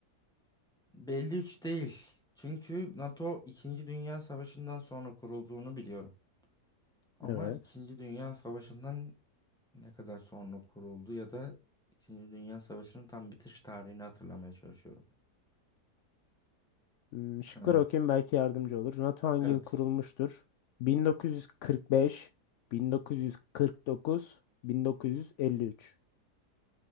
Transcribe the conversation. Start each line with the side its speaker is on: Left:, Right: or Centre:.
Centre: belli üç değil. Çünkü NATO İkinci Dünya Savaşı'ndan sonra kurulduğunu biliyorum. Ama
Left: Evet.
Centre: İkinci Dünya Savaşı'ndan ne kadar sonra kuruldu ya da İkinci Dünya Savaşı'nın tam bitiş tarihini hatırlamaya çalışıyorum.
Left: Hmm, şıkları
Centre: Ha,
Left: okuyayım belki yardımcı olur. NATO hangi
Centre: evet.
Left: yıl kurulmuştur? 1945, 1949, 1953.